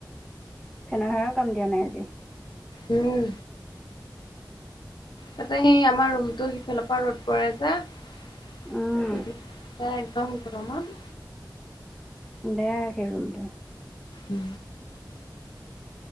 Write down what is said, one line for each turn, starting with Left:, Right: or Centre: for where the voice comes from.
Centre: ফেনৰ হাৱা কাম দিয়া নাই আজি
Left: উম তাতে সেই আমাৰ ৰুমটো সিফালৰ পৰা ৰ'দ পৰে
Centre: উম
Left: যে গৰমত
Centre: বেয়া সেই ৰূমটো
Left: উম